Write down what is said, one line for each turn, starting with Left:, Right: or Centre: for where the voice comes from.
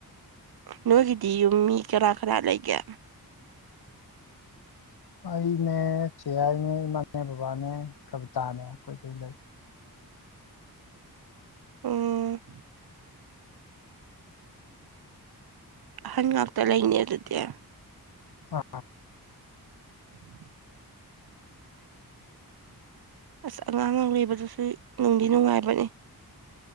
Right: ꯅꯣꯏꯒꯤꯗꯤ ꯌꯨꯝ ꯃꯤ ꯀꯅ ꯀꯥꯅꯥ ꯂꯩꯒꯦ
Left: ꯑꯩꯅꯦ ꯆꯦ ꯌꯥꯏ ꯅꯦ ꯏꯃꯥꯅꯦ ꯕꯕꯥꯅꯦ ꯀꯕꯤꯇꯥꯅꯦ ꯑꯩꯈꯣꯏ ꯀꯩ ꯂꯩ
Right: ꯎꯝ ꯑꯍꯟ ꯉꯥꯛꯇ ꯂꯩꯅꯦ ꯑꯗꯨꯗꯤ
Left: ꯑ
Right: ꯎꯝ ꯑꯁ ꯑꯉꯥꯡ ꯂꯩꯕꯗꯨꯁꯨ ꯅꯨꯡꯗꯤ ꯅꯨꯡꯉꯥꯏꯕꯅꯦ